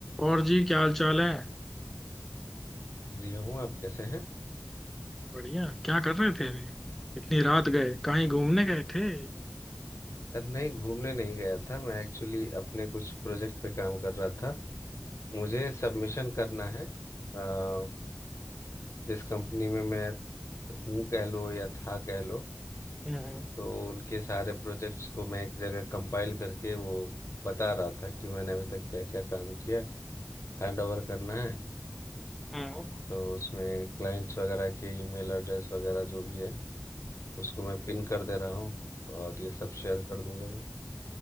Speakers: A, in the centre; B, on the left.
A: और जी क्या हाल चाल है
B: बढ़िया हूँ आप कैसे हैं
A: बढ़िया क्या कर रहे थे अभी इतनी रात गए कहीं घूमने गए थे
B: अरे नहीं घूमने नहीं गया था मैं एक्चुअली अपने कुछ प्रोजेक्ट पे काम कर रहा था मुझे सबमिशन करना है अ, जिस कंपनी में मैं हूँ कह लो या था कह लो
A: हाँ
B: तो उनके सारे प्रोजेक्ट्स को मैं एक जगह कंपाइल करके वो बता रहा था कि मैंने अभी तक क्या क्या काम किया हैंड ओवर करना है
A: हाँ।
B: तो उसमें क्लाइंट्स वगैरह के ईमेल एड्रेस वगैरह जो भी है उसको मैं पिन कर दे रहा हूँ और ये सब शेयर कर दूंगा मैं